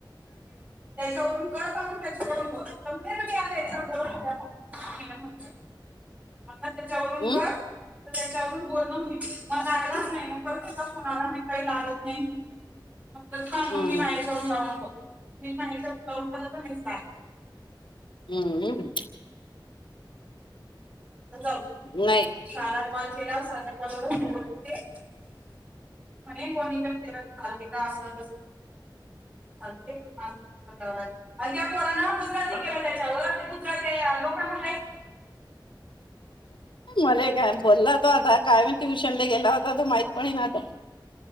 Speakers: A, on the right; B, on the left.
A: त्याच्यावरून करत त्याच्यावरून बोल. <unintelligible> म्हणलं त्याच्यावरून
B: हम्म
A: कर तर त्याच्यावरून बोलण होईती. मला आलाच नाय परत कश्याला म्हणाला नाय ताई लागत नाय. तसा मम्मी
B: हम्म
A: माझ्याजवळून लाव नको <unintelligible> नाय उचलला तर सांग.
B: हम्म हम्म.
A: जाऊदे
B: नाही
A: सादा कॉल केला साधा लावून बोलत होते. म्हणे कोणी तर फिरत चालते का असं तस चालते म्हणलं. अन् त्या पोरान गुजराती केलं त्याच्यावर ती गुजराती हाय लोकांना
B: मला काय बोलला तो आता काय मी ट्युशन ला गेला होता तो माहित पाहिन आता.